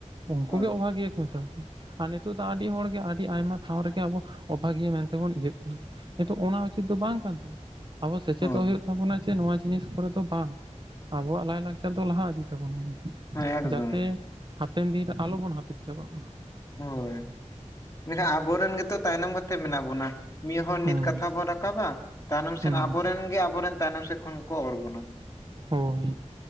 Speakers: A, on the right (about 40°); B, on the left (about 25°).
A: ᱩᱱᱠᱩ
B: ᱦᱳᱭ
A: ᱜᱮ ᱚᱵᱷᱟᱜᱤᱭᱟᱹ ᱦᱳᱭ ᱛᱚ, ᱟᱨ ᱱᱤᱛᱚᱜ ᱫᱚ ᱟᱹᱰᱤ ᱦᱚᱲ ᱜᱮ ᱟᱹᱰᱤ ᱟᱭᱢᱟ ᱴᱷᱟᱶ ᱨᱮ ᱜᱮ ᱟᱵᱚ ᱚᱵᱷᱟᱜᱤᱭᱟᱹ ᱢᱮᱱ ᱛᱮ ᱵᱚᱱ ᱤᱭᱟᱹᱜ ᱠᱟᱱᱟ᱾ ᱱᱤᱛᱚᱜ ᱚᱱᱟ ᱩᱪᱤᱛ ᱫᱚ ᱵᱟᱝ ᱠᱟᱱ ᱛᱟᱵᱚᱱᱟ ᱾ ᱟᱵᱚ ᱥᱮᱪᱮᱛᱚᱜ
B: ᱦᱚᱸ
A: ᱦᱩᱭᱩᱜ ᱛᱟᱵᱚᱱᱟ ᱡᱮ ᱱᱚᱣᱟ ᱡᱤᱱᱤᱥ ᱠᱚᱨᱮ ᱫᱚ ᱵᱟᱝ᱾ ᱟᱵᱚᱣᱟᱜ ᱞᱟᱭᱼᱞᱟᱠᱪᱟᱨ ᱫᱚ ᱞᱟᱦᱟ ᱤᱫᱤ ᱛᱟᱵᱚᱱᱟ
B: ᱦᱮᱸ ᱮᱠᱫᱚᱢ
A: ᱡᱟᱛᱮ ᱦᱟᱯᱮᱱ ᱫᱤᱱ ᱨᱮ ᱟᱞᱚᱵᱚᱱ ᱦᱟᱯᱤᱫ ᱪᱟᱵᱟᱜ ᱢᱟ᱾
B: ᱦᱳᱭ ᱾ ᱢᱮᱱ ᱠᱷᱟᱱ ᱟᱵᱚᱨᱮᱱ ᱜᱮ ᱛᱚ ᱛᱟᱭᱱᱚᱢ ᱠᱟᱛᱮ ᱢᱮᱱᱟᱜ ᱵᱚᱱᱟ ᱾ ᱢᱤᱫ ᱦᱚᱲ
A: ᱦᱩᱸ
B: ᱱᱤᱛ ᱠᱟᱛᱷᱟ ᱵᱚᱱ ᱨᱟᱠᱟᱵᱟ ᱛᱟᱭᱱᱚᱢ ᱥᱮᱫ
A: ᱦᱩᱸ
B: ᱟᱵᱚᱨᱮᱱ ᱜᱮ ᱟᱵᱚᱨᱮᱱ ᱛᱟᱭᱱᱚᱢ ᱥᱮᱫ ᱠᱷᱚᱱ ᱠᱚ ᱚᱨ ᱵᱚᱱᱟ
A: ᱦᱳᱭ,